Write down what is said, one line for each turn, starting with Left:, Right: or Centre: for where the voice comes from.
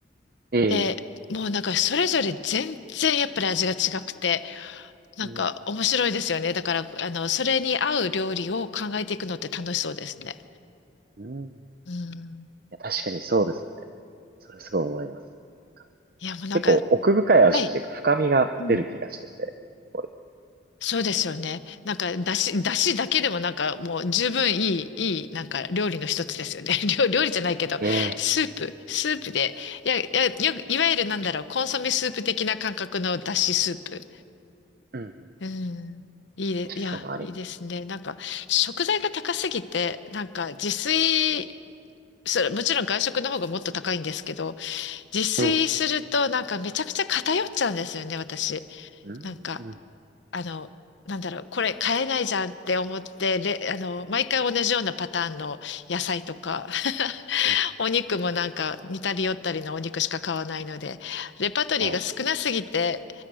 Right: ええ、
Left: で、もうなんかそれぞれ全然やっぱり味が違くて、なんか面白いですよね。
Right: うん、
Left: だから、あの、それに合う料理を考えていくのって楽しそうですね。
Right: うん。い
Left: うん。
Right: や、確かにそうですね。それすごい思います。なんか
Left: いや、もうなんか、
Right: 結構奥深い味っていうか、
Left: はい。
Right: 深みが出る気がしてて、
Left: うん
Right: すごい。
Left: そうですよね。なんか、だし、だしだけでもなんかもう十分いい、いい、なんか料理の一つですよね。<laughs> 料、料理じゃないけど、
Right: ええ、
Left: スープ、スープで、いや、いや、よく、いわゆるなんだろう、コンソメスープ的な感覚のだしスープ。
Right: うん。
Left: うん。いいで、
Right: 確かにそういうのあるよね。
Left: いや、いいですね。なんか、食材が高すぎて、なんか自炊、それ、もちろん外食の方がもっと高いんですけど、自炊するとなんかめちゃくちゃ偏っちゃうんですよね、
Right: うん。
Left: 私。
Right: うん、
Left: なんか。
Right: うん、うん、
Left: あの、なんだろう、これ買えないじゃんって思って、れ、あの、毎回同じようなパターンの野菜とか、<laughs>
Right: うん。
Left: お肉もなんか似たり寄ったりのお肉しか買わないので、レパートリーが少なすぎて、
Right: ええ、